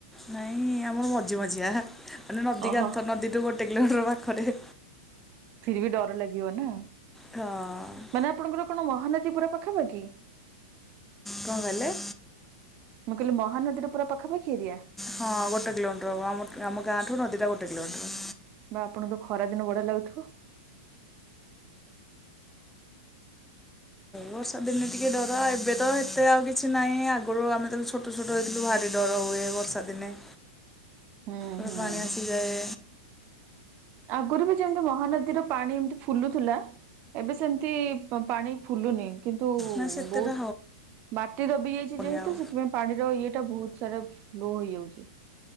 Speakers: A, in the centre; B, on the right.
A: ନାଇଁ ଆମର ମଝି ମଝିଆ ମାନେ ନଦୀ
B: ଓହୋ
A: କାନ୍ଥ ନଦୀଠୁ ଗୋଟେ କିଲୋମିଟର ପାଖରେ।
B: ଫିର ବି ଡର ଲାଗିବ ନା
A: କ'ଣ
B: ମାନେ ଆପଣଙ୍କର କଣ ମହାନଦୀ ପୁରା ପାଖା ପାଖି?
A: କଣ କଲେ?
B: ମୁଁ କହିଲି ମହାନଦୀର ପୁରା ପାଖପାଖି ଏରିଆ।
A: ହଁ ଗୋଟେ କିଲୋମିଟର ହବ ଆମ ଆମ ଗାଁଠୁ ନଦୀଟା ଗୋଟେ କିଲୋମିଟର।
B: ବା ଆପଣଙ୍କ ଖରାଦିନ ବଢିଆ ଲାଗୁଥିବ।
A: ବର୍ଷା ଦିନେ ଟିକେ ଡର ଏବେ ତ ଏତେ ଆଉ କିଛି ନାହିଁ ଆଗରୁ ଆମେ ତ ଛୋଟ ଛୋଟ ରହିଥିଲୁ ଭାରି ଡର ହୁଏ ବର୍ଷା ଦିନେ।
B: ହୁଁ
A: ଏବେ
B: ହୁଁ
A: ପାଣି ଆସି ଯାଏ।
B: ଆଗରୁ ବି ଯେମିତି ମହାନଦୀର ପାଣି ଏମିତି ଫୁଲୁଥିଲା ଏବେ ସେମିତି ପାଣି ଫୁଲୁନି। କିନ୍ତୁ
A: ନା ସେତେଟା
B: ବହୁତ ମାଟି ଦବି ଯାଇଛି
A: ହଉନି
B: ଯେହେତୁ
A: ଆଉ।
B: ସେଥିପାଇଁ। ପାଣିର ଇଏ ଟା ବହୁତ ସାରା ଫ୍ଲୋ ହେଇଯାଉଛି।